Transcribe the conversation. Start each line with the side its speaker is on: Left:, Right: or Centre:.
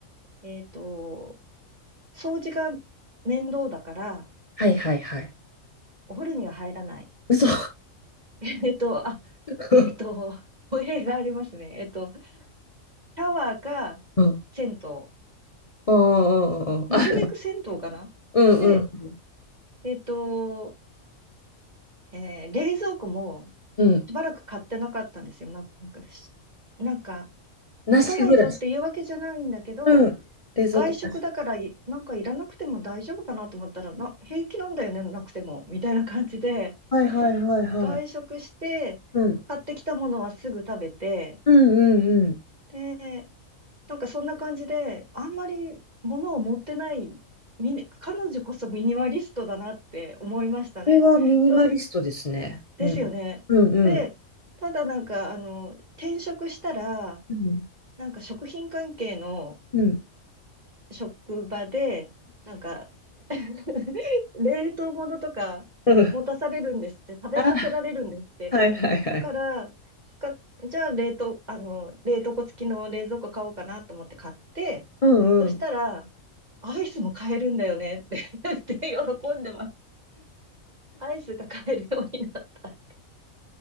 Right: えっと、掃除が面倒だから、
Left: はいはいはい。
Right: お風呂には入らない。
Left: 嘘。
Right: <laughs> えっと、あ、
Left: <laughs>
Right: えっと、お部屋がありますね。えっと、シャワーか
Left: うん。
Right: 銭湯。
Left: ああ、ああ、
Right: なるべく銭湯かなで、
Left: ああ。うん。うん。
Right: えっと、えー冷蔵庫も
Left: うん。
Right: しばらく買ってなかったんですよ。ま、なんか、しなんか、持たないぞっていうわけじゃないんだけど、
Left: なし暮らし。うん。冷蔵庫なし。
Right: 外食だからいなんかいらなくても大丈夫かなと思ったら、な、平気なんだよね、なくても、みたいな感じで、
Left: はいはいはいはい。
Right: 外食して、
Left: うん。
Right: 買ってきたものはすぐ食べて、
Left: うんうんうん。
Right: で、なんかそんな感じで、あんまり物を持ってない、ミニ彼女こそミニマリストだなって思いましたね。
Left: これはミニマリストですね。
Right: それですよね。
Left: うん。うんうん。
Right: で、ただなんか、あの、転職したら、
Left: うん。
Right: なんか食品関係の
Left: うん。
Right: 職場で、なんか <laughs> 冷凍物とか持たされるんですって、
Left: <laughs>
Right: 食べさせられるんですって。
Left: あ、はいはいはい。
Right: だから、しか、じゃあ冷凍、あの、冷凍庫付きの冷蔵庫買おうかなと思って買って、
Left: うんうん。
Right: そしたら、アイスも買えるんだよねって <laughs> 言って喜んでます。アイスが買えるようになった。